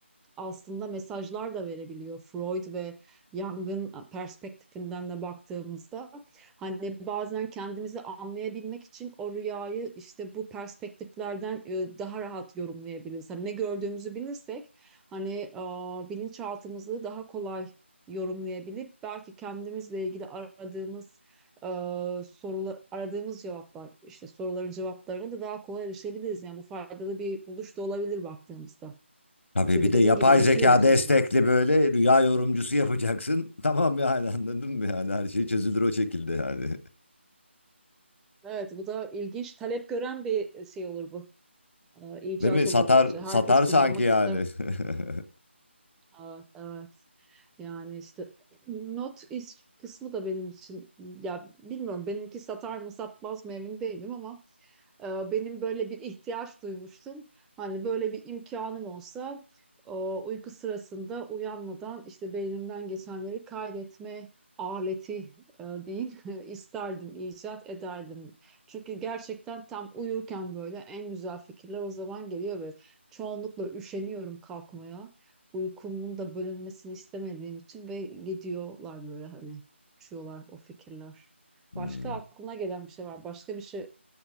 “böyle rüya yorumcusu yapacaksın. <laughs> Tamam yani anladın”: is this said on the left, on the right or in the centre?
Left